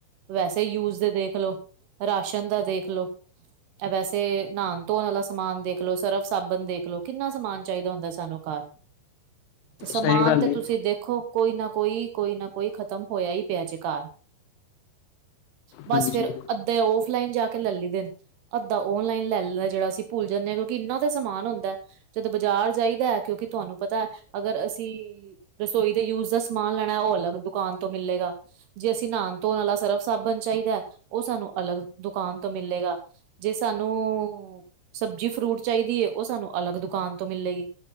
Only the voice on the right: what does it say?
ਵੈਸੇ ਯੂਜ਼ ਦੇ ਦੇਖ ਲੋ, ਰਾਸ਼ਨ ਦਾ ਦੇਖ ਲੋ ਐ ਵੈਸੇ ਨ੍ਹਾਨ-ਧੋਨ ਆਲਾ ਸਮਾਨ ਦੇਖ ਲੋ, ਸਰਫ਼ ਸਾਬੱਨ ਦੇਖ ਲੋ, ਕਿੰਨਾ ਸਮਾਨ ਚਾਈਦਾ ਹੁੰਦਾ ਸਾਨੂੰ ਘਾਰ। ਤੇ ਸਮਾਨ
ਤੇ
ਤੂਸੀ ਦੇਖੋ ਕੋਈ ਨਾ ਕੋਈ, ਕੋਈ ਨਾ ਕੋਈ, ਖਤਮ ਹੋਏਆ ਈ ਪੇਆ ਜੇ ਘਾਰ। ਬੱਸ
ਫੇਰ, ਅੱਧੇ ਓਫਲਾਈਨ ਜਾ ਕੇ ਲੈਲੀ ਦੇ ਨੇ। ਅੱਧਾ ਔਨਲਾਈਨ ਲੈ ਲੀਦੇ ਜੇੜਾ ਅਸੀ ਭੁੱਲ ਜਾਂਨੇ ਆਂ, ਕਿਉਂਕਿ ਇੰਨਾ ਤੇ ਸਮਾਨ ਹੁੰਦਾ। ਜਦੋ ਬਜ਼ਾਰ ਜਾਈਦੈ ਕਿਉਂਕਿ ਤੂਆਨੂੰ ਪਤੈ ਅਗਰ ਅਸੀ ਰਸੋਈ ਦੇ ਯੂਜ਼ ਦਾ ਸਮਾਨ ਲੈਣਾ, ਓ ਅਲਗ ਦੁਕਾਨ ਤੋ ਮਿਲੇਗਾ। ਜੇ ਅਸੀ ਨ੍ਹਾਨ-ਧੋਨ ਆਲਾ ਸਰਫ਼ ਸਾਬਨ ਚਾਈਦੈ, ਓ ਸਾਨੂੰ ਅਲਗ ਦੁਕਾਨ ਤੋ ਮਿਲੇਗਾ ਜੇ ਸਾਨੂੰ ਸਬਜ਼ੀ, ਫਰੂਟ ਚਾਈਦੀ ਏ ਓ ਸਾਨੂੰ ਅਲਗ ਦੁਕਾਨ ਤੋ ਮਿਲੇਗੀ।